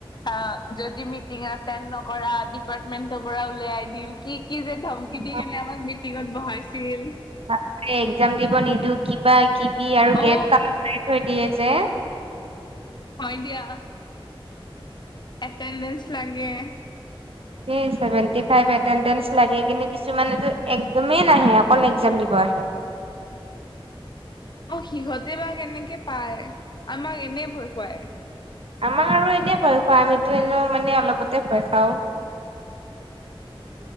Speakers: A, on the left; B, on the right.
A: অ যদি মিটিং এটেণ্ড নকৰা ডিপাৰ্টমেন্টৰ পৰা উলাই দিম কি কি যে ধমকি দি
B: অ,
A: কেনে আমাক মিটিঙত বহাইছিল!
B: বাপৰে একজাম দিব নিদো কিবা কিবি আৰু
A: অ
B: গেট তলা মাৰি থৈ দিয়ে যে।
A: হয় দিয়া। এটেণ্ডেন্ঞ্চ লাগে।
B: এই চেভেণ্টি ফাইভ এটেণ্ডেঞ্চ লাগে কিন্তু কিছুমানেতো একদমেই নাহে অকল এক্সাম দিব আহে।
A: অ সিহঁতে বা কেনেকে পায়? আমাক এনেই ভয় খুৱাই।
B: আমাৰ আৰু এনেই ভয় খোৱাই, আমিতো এনো মানে অলপতে ভয় খাওঁ।